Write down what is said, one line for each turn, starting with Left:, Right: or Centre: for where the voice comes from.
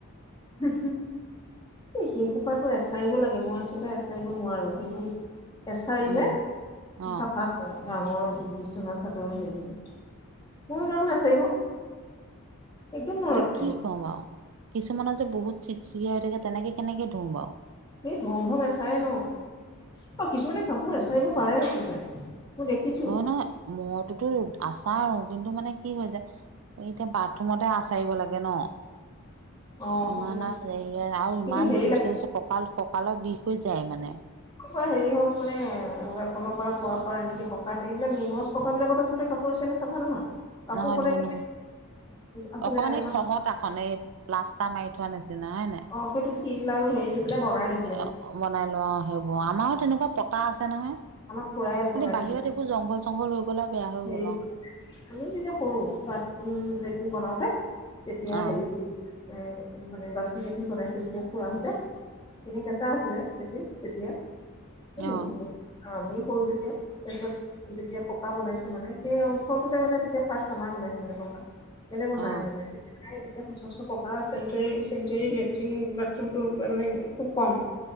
Left: এই সেই সোপাটো এচাৰিব লাগে মই আচলতে এচাৰিব নোৱাৰো কিন্তু। এছাৰিলে
Right: উম অ
Left: চাফা হয়। ডাঙৰ বিচনা চাদৰ হেৰি- <unintelligible> একদম নোৱাৰো
Right: এতিয়া
Left: এচাৰিব
Right: কি কওঁ বাৰু, কিছুমানৰ যে বহুত চিক-চিকিয়া হৈ থাকে তেনেকে কেনেকে ধুওঁ বাৰু।
Left: এই ধম ধম এচাৰে ন' আৰু কিছুমানে কাপোৰ এচাৰিব পাৰে আচলতে। মই দেখিছো
Right: নহয় নহয়, মইতো তোৰ আছাৰু কিন্তু মানে কি হৈ যায় এতিয়া বাথৰুমতে আচাৰিব লাগে ন'।
Left: অ সেইটো
Right: ইমান
Left: এটা
Right: আৰু হেৰি আৰু ইমান
Left: কিন্তু হেৰি লাগে
Right: জুৰছে জুছে, কঁকাল ককালৰ বিষ হৈ যায় মানে।
Left: <unintelligible> হেৰি হওক মানে কলৰপৰা কোৱা পাৰ এনেকে পকাত এইবিলাক নিমচ পকাবিলাকত আচলতে কাপোৰ আছেনে চাফা নহয়। কাপোৰ
Right: নহয়
Left: সদায়
Right: নহয় নহয়,
Left: আছিলে
Right: অকমান
Left: আমাৰ
Right: এই খহত আখন এই লাষ্টাৰ মাৰি থোৱা নিচিনা হয় নাই?
Left: অ' সেইটো শিল আৰু হেৰি <unintelligible> বনাই লৈ
Right: এ, বনাই লোৱা সেইবোৰ। আমাৰো তেনেকুৱা পকা আছে নহয়। <unintelligible>
Left: আমাক খুৰাই
Right: খানি
Left: বনাই
Right: বাহিৰত
Left: দিছিলে
Right: এইবোৰ জংঘল চংঘল হৈ গ'লে বেয়া হৈ
Left: হেৰি
Right: গ'ল অ'।
Left: আমি যেতিয়া সৰু বাথৰুম লেট্ৰিন বনাওতে, তেতিয়া
Right: অ
Left: হেৰি এ, মানে বাথৰুম, লেটিন বনাইছিলে যেতিয়া খুৰাহঁতে এনে কেঁচা আছিলে লেটিন তেতিয়া, এ,
Right: অ
Left: বহুত ব আমি সৰু যেতিয়া তাৰপিছত যেতিয়া পকা বনাইছে মানে, সেই অঞ্চলটোতে মানে তেতিয়া ফাৰ্ষ্ট আমাৰ বনাইছে মানে পকা। কেলে বনাই
Right: অ
Left: মানে <unintelligible> নাই, তেতিয়া <unintelligible> পক চেনটেৰী চেনটেৰী লেট্ৰিন বাথৰুমটো মানে খুব কম।